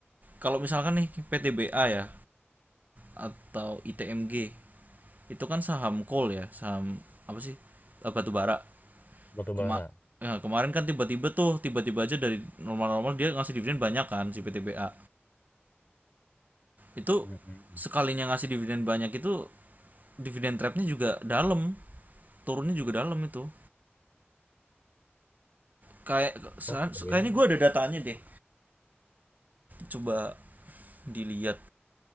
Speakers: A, on the right; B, on the left.
A: kalau misalkan nih PTBA ya atau ITMG itu kan saham coal ya saham apa sih Eh, batu bara
B: batu bara.
A: Kema ya, kemarin kan tiba-tiba tuh tiba-tiba aja dari normal-normal dia ngasih dividen banyak kan si PTBA itu
B: Mm-mm.
A: sekalinya ngasih dividen banyak itu dividen trapnya juga dalam turunnya juga dalam itu kayak se-
B: Oke.
A: kayaknya gue ada datanya deh coba dilihat